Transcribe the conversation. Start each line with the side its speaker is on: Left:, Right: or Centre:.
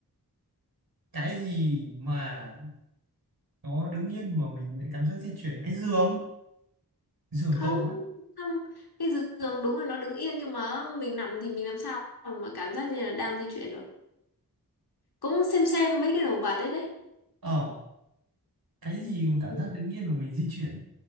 Right: cái gì mà nó đứng yên mà mình lại cảm giác di chuyển là cái giường giường
Left: không
Right: tổ ấy
Left: không cái giường đúng là nó đứng yên nhưng mà mình nằm thì mình làm sao mà cảm giác như là đang di chuyển được cũng xem xem mấy cái đồ vật đấy đấy
Right: ờ cái gì mà cảm
Left: ừ
Right: giác đứng yên mà mình di chuyển